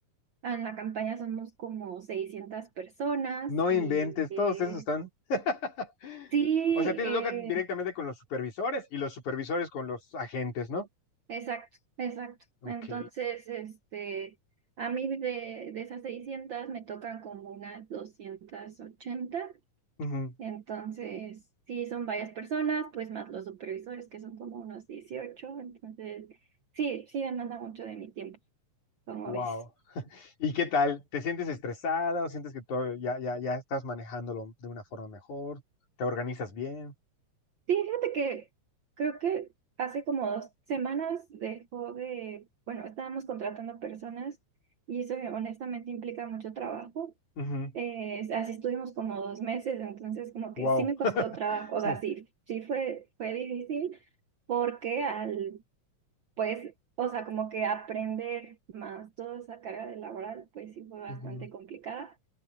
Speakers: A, on the right (about 65°); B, on the left (about 80°).
A: en la campaña somos como seiscientas personas
B: No
A: y
B: inventes,
A: eh,
B: todos esos están. <laughs>
A: sí,
B: O sea, a ti te
A: eh,
B: toca directamente con los supervisores y los supervisores con los agentes, ¿no?
A: exacto, exacto.
B: Ok.
A: Entonces, este, a mí de, de esas 600 me tocan como unas doscientas ochenta
B: Ujú.
A: Entonces, sí, son varias personas, pues más los supervisores, que son como unos dieciocho Entonces, sí, sí demanda mucho de mi tiempo, como
B: Wow.
A: ves.
B: ¿Y qué tal? ¿Te sientes estresada o sientes que todo ya, ya, ya estás manejándolo de una forma mejor? ¿Te organizas bien?
A: Sí, fíjate que creo que hace como dos semanas dejó de, bueno, estábamos contratando personas y eso eh, honestamente implica mucho trabajo.
B: Ujú.
A: Eh, así estuvimos como dos meses, entonces como
B: Wow.
A: que sí me costó
B: <laughs>
A: trabajo, o sea, sí, sí fue, fue difícil porque al pues, o sea, como que aprender más toda esa carga de laboral, pues sí fue bastante
B: Ujú.
A: complicada,